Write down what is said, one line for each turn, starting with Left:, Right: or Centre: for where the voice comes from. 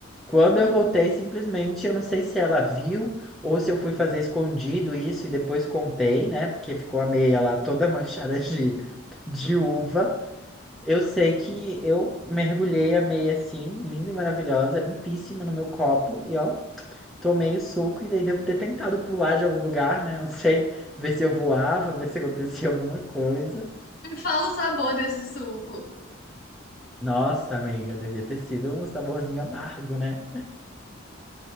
Centre: Quando
Left: ah.
Centre: eu voltei, simplesmente, eu não sei se ela viu ou se eu fui fazer escondido isso e depois contei, né? Porque ficou a meia lá toda <laughs> manchada de, de uva. Eu sei que eu mergulhei a meia assim, linda e maravilhosa, limpíssima no meu copo e ó, tomei o suco e daí devo ter tentado pular de algum lugar, né? Não sei, ver se eu voava, ver se acontecia alguma coisa.
Left: Me fala o sabor desse suco.
Centre: Nossa, amiga, devia ter sido um saborzinho amargo, né?